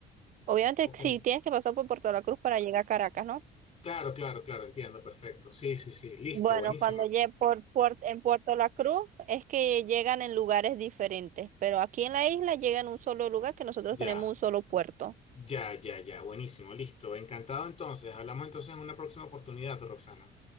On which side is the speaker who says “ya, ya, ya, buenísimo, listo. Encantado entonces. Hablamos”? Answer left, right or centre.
Left